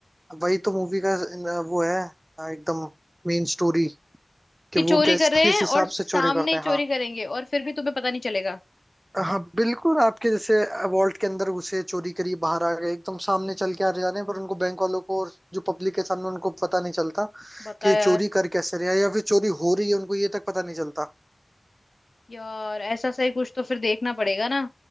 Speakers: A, on the right (about 20°); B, on the left (about 55°).
A: वही तो मूवी का अ, वो है अ, एकदम मेन स्टोरी कि
B: कि चोरी
A: वो कैस
B: कर रहे
A: किस
B: हैं
A: हिसाब
B: और सामने
A: से चोरी करते
B: ही
A: हैं हाँ
B: चोरी करेंगे और फिर भी तुम्हें पता नहीं चलेगा
A: हाँ बिल्कुल आपके जैसे वॉल्ट के अंदर घुसे चोरी करी बाहर आ गए एकदम सामने चल के आ जा रहे हैं पर उनको बैंक वालों को और जो पब्लिक के सामने उनको पता नहीं चलता
B: बता
A: कि
B: यार
A: चोरी कर कैसे रहे हैं या फिर चोरी हो रही है उनको ये तक पता नहीं चलता
B: यार ऐसा सही कुछ तो फिर देखना पड़ेगा ना